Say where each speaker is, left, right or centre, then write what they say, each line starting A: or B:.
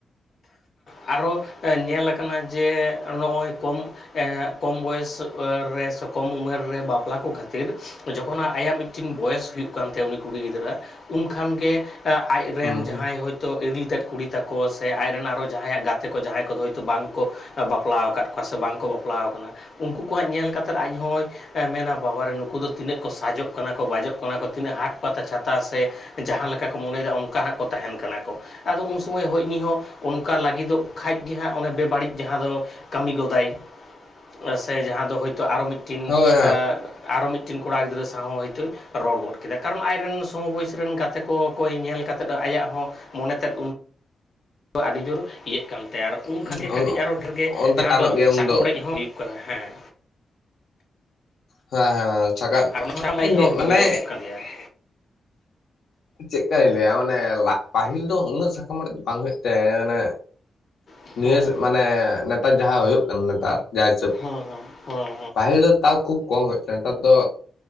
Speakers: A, on the left; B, on the left.
A: ᱟᱨᱚ ᱧᱮᱞᱟᱠᱟᱱᱟ ᱡᱮ ᱱᱚᱜᱚᱭ ᱠᱚᱢ ᱠᱚᱢ ᱵᱚᱭᱮᱥ ᱨᱮ ᱥᱮ ᱠᱚᱢ ᱩᱢᱮᱨ ᱨᱮ ᱵᱟᱯᱞᱟ ᱠᱚ ᱠᱷᱟᱹᱛᱤᱨ ᱡᱚᱠᱷᱚᱱᱟᱜ ᱟᱭᱟᱜ ᱢᱤᱫᱴᱮᱱ ᱢᱤᱫᱴᱤᱱ ᱵᱚᱭᱮᱥ ᱦᱩᱭᱩᱜ ᱠᱟᱱ ᱛᱟᱭᱟ ᱩᱱᱤ ᱠᱩᱲᱤ ᱜᱤᱫᱽᱨᱟᱹ ᱩᱱ ᱠᱷᱟᱱ ᱜᱮ ᱟᱡ ᱨᱮᱱ
B: ᱦᱩᱸ
A: ᱡᱟᱦᱟᱸᱭ
B: ᱦᱩᱸ
A: ᱦᱳᱭ ᱛᱚ ᱤᱨᱤᱞᱛᱮᱫ ᱠᱩᱲᱤ ᱛᱟᱠᱚ ᱥᱮ ᱥᱮ ᱟᱡᱨᱮᱱ ᱟᱨᱚ ᱡᱟᱦᱟᱸ ᱭᱟᱜ ᱜᱟᱛᱮ ᱠᱚ ᱡᱟᱦᱟᱭ ᱠᱚᱫᱚ ᱦᱳᱭ ᱛᱚ ᱵᱟᱝ ᱠᱚ ᱵᱟᱯᱞᱟ ᱟᱠᱟᱫ ᱠᱚᱣᱟ ᱥᱮ ᱵᱟᱝ ᱠᱚ ᱵᱟᱯᱞᱟᱣ ᱟᱠᱟᱱᱟ ᱾ ᱩᱱᱠᱩ ᱠᱚᱣᱟᱜ ᱧᱮᱞ ᱠᱟᱛᱮᱫ ᱟᱡ ᱦᱚᱭ ᱢᱮᱱᱟ ᱵᱟᱵᱟ ᱨᱮ ᱱᱩᱠᱩ ᱫᱚ ᱛᱤᱱᱟᱹᱜ ᱠᱚ ᱥᱟᱡᱚᱜ ᱠᱟᱱᱟ ᱠᱚ ᱵᱟᱡᱚᱜ ᱠᱟᱱᱟ ᱠᱚ ᱛᱤᱱᱟᱹᱜ ᱦᱟᱴ ᱯᱟᱛᱟ ᱪᱷᱟᱛᱟ ᱥᱮ ᱡᱟᱦᱟᱸ ᱞᱮᱠᱟ ᱠᱚ ᱢᱚᱱᱮᱭᱟ ᱚᱱᱠᱟ ᱦᱟᱜ ᱠᱚ ᱛᱟᱦᱮᱱ ᱠᱟᱱᱟ ᱠᱚ ᱟᱫᱚ ᱩᱱ ᱥᱚᱢᱚᱭ ᱦᱟᱜ ᱩᱱᱤ ᱦᱚᱸ ᱚᱱᱠᱟ ᱞᱟᱜᱤᱫᱚᱜ ᱠᱷᱟᱱᱡ ᱜᱮ ᱦᱟᱜ ᱚᱱᱮ ᱵᱮᱵᱟᱹᱲᱤᱡ ᱡᱟᱦᱟᱸ ᱫᱚ ᱠᱟᱢᱤ ᱜᱚᱫᱟᱭ ᱾ ᱥᱮ ᱡᱟᱦᱟᱸ ᱫᱚ ᱦᱳᱭ ᱛᱚ ᱟᱨᱚ ᱢᱤᱫᱴᱤᱱ
B: ᱦᱳᱭ
A: ᱟᱨᱚ ᱢᱤᱫᱴᱤᱱ ᱠᱚᱲᱟ ᱜᱤᱫᱽᱨᱟᱹ ᱥᱟᱶ ᱦᱚᱸ ᱦᱚᱭ ᱛᱚᱭ ᱨᱚᱲ ᱜᱚᱫ ᱠᱮᱫᱟ ᱠᱟᱨᱚᱱ ᱟᱡᱨᱮᱱ ᱥᱚᱢ ᱵᱚᱭᱮᱥ ᱨᱮᱱ ᱜᱟᱛᱮ ᱠᱚ ᱠᱚᱭ ᱧᱮᱞ ᱠᱟᱛᱮ ᱟᱭᱟᱜ ᱦᱚᱸ ᱢᱚᱱᱮ ᱛᱮᱫ ᱟᱹᱰᱤ ᱡᱳᱨ ᱤᱭᱟᱹᱜ ᱠᱟᱱ ᱛᱟᱭᱟ ᱟᱨ ᱩᱱ
B: ᱦᱳᱭ
A: ᱠᱷᱟᱱᱜᱮ ᱠᱟᱹᱴᱤᱡ ᱟᱨᱚ ᱰᱷᱮᱨᱜᱮ
B: ᱚᱱᱛᱮ
A: ᱡᱟᱦᱟᱸ
B: ᱴᱟᱱᱚᱜ
A: ᱫᱚ
B: ᱜᱮᱭᱟ
A: ᱥᱟᱠᱟᱢ
B: ᱩᱱᱫᱚ
A: ᱚᱲᱮᱡ ᱦᱚᱸ ᱦᱩᱭᱩᱜ ᱠᱟᱱᱟ ᱦᱮᱸ᱾
B: ᱦᱮᱸ ᱦᱮᱸ ᱥᱟᱠᱟᱢ
A: ᱟᱨ ᱚᱱᱟ ᱥᱟᱠᱟᱢ
B: <unintelligible>
A: ᱚᱲᱮᱡ ᱦᱚᱸ ᱦᱩᱭ
B: ᱢᱟᱱᱮ
A: ᱜᱚᱫᱚᱜ ᱠᱟᱱ ᱜᱮᱭᱟ <unintelligible>
B: ᱪᱮᱜᱠᱟᱭ ᱞᱟᱹᱭᱟ ᱢᱟᱱᱮ ᱯᱟᱹᱦᱤᱞ ᱫᱚ ᱩᱱᱟᱹᱜ ᱥᱟᱠᱟᱢ ᱚᱲᱮᱡ ᱫᱚ ᱵᱟᱝ ᱦᱩᱭᱩᱜ ᱛᱟᱦᱮᱜ ᱢᱟᱱᱮ
A: ᱦᱮᱸ
B: ᱱᱮᱥ ᱢᱟᱱᱮ ᱱᱮᱛᱟᱨ ᱡᱟᱦᱟᱸ ᱦᱩᱭᱩᱜ ᱠᱟᱱᱟ ᱱᱮᱛᱟᱨ ᱡᱟ ᱦᱤᱥᱟᱹᱵ
A: ᱦᱮᱸ ᱦᱮᱸ ᱦᱮᱸ
B: ᱯᱟᱹᱦᱤᱞ ᱫᱚ ᱛᱟᱣ ᱠᱷᱩᱵ ᱠᱚᱢ ᱦᱚᱭᱚᱜ ᱱᱮᱛᱟᱨ ᱫᱚ